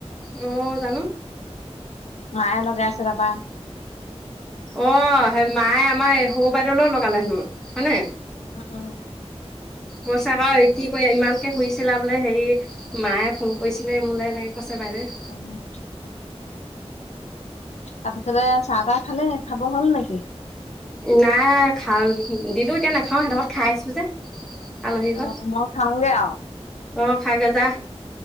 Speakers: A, in the centre; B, on the left.
A: অ জানো।
B: মায়ান গাস ৰাবা।
A: অ সেই মায়ে আমাৰ এই সৰু বাইদেউলৈও লগালে হেনো হয়নে।
B: অ অ।
A: পছাকৰ কি কৰি ইমানকে শুইছিলা বোলে হেৰি মায়ে ফোন কৰিছিলে মোলৈ এনেকে কৈছে বাইদেউ।
B: অ অ। তাৰপিছতে চাহ তাহ খালে খাব হ'ল নেকি।
A: নাই খাল দিলো এতিয়া নাখাও সহতত খাই আহিছো যে আলহী ঘ
B: অ মই খাওঁগে আৰু
A: অ খাক এজা